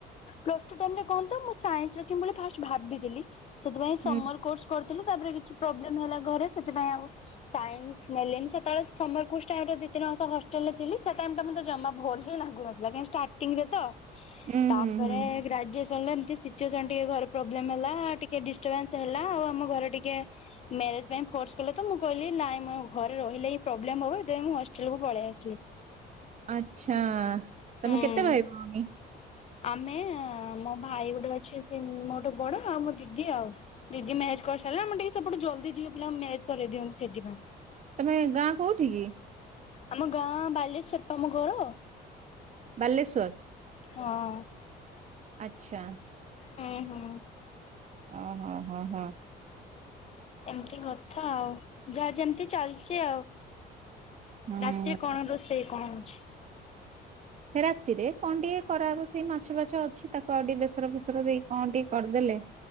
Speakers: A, on the left; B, on the right.
A: ପ୍ଲସଟୁ ଟାଇମ ରେ କହନ୍ତୁ ମୁଁ <inaudible> ରଖମି ବୋଲି ମୁଁ ଭାବି ଥିଲି। ସେଥିପାଇଁ ସମର
B: ହୁଁ
A: କୋର୍ସ କରିଥିଲୁ ତାପରେ କିଛି ପ୍ରୋବ୍ଲେମ ହେଲା ଘରେ ସେଥିପାଇଁ ଆଉ ସାଇନ୍ସ ନେଲିନି ସେତେବେଳେ ସମର କୋଟାଇମ ରେ ଦି ତିିନି ମାସ ହଷ୍ଟେଲ ରେ ଥିଲି ସେ ଟାଇମ ଟା ମତେ ଜମା ଭଲ ହିଁ ଲାଗୁନଥିଲା। ଷ୍ଟାଟିଙ୍ଗ ରେ ତ
B: ହୁଁ
A: ତାପରେ
B: ହୁଁ ହୁଁ
A: ତ ଗ୍ରାଜୁଏସନ ସିଚୁଏସନ ଟିକେ ଘରେ ପ୍ରୋବ୍ଲେମ୍ ହେଲା ଟିକେ ଡିଷ୍ଟର୍ବାନ୍ସ ହେଲା ଆଉ ଆମ ଘରେ ଟିକେ ମ୍ୟାରେଜ ପାଇଁ ଫୋର୍ସ ତ ମୁଁ କହିଲି ନାଇଁ ମ ଘରେ ରହିଲେ ପ୍ରୋବ୍ଲେମ ହବ ମୁଁ ହଷ୍ଟେଲକୁୁ ପଳେଇ ଆସିଲି।
B: ଆଛା ତମେ
A: ହୁଁ
B: କେତେ ଭାଇ ଭଉଣୀ?
A: ଆମେ ମୋ ଭାଇ ଗୋଟେ ଅଛି ସେ ମୋଠୁ ବଡ଼ ଆଉ ମୋ ଦିଦି ଆଉ ଦିଦି ମ୍ୟାରେଜ କରି ହେଲେ ଆମେ ସେପଟେ ଜଲଦିଝିଅ ପିଲା ମାରେଜ କରି ଦିଅନ୍ତି ଦିନ୍ତୁ ସେଥିପାଇଁ।
B: ତମେ ଗାଁ କୋଉଠି କିଏ?
A: ଆମ ଗାଁ ବାଲେଶ୍ଵରପା ଆମ ଘର
B: ବାଲେଶ୍ଵର।
A: ହଁ।
B: ଆଚ୍ଛା।
A: ହୁଁ ହୁଁ।
B: ଓ ହୋ ହୋ ହୋ।
A: ଏମିତି କଥା ଆଉ ଯାହା ଯେମିତି ଚାଲିଛି ଆଉ।
B: ହଁ
A: ରାତିି କଣ ରୋଷେଇ କଣ ଅଛି?
B: ରାତିରେ କଣ ଟିକେ କରାହବ ସେଇ ମାଛ ବାଛ ଅଛି ତାକୁ ଆଉ ଟିକେ ବେସର ଫେସର ଦେଇ କଣ ଟିକେ କରିଦେଲେ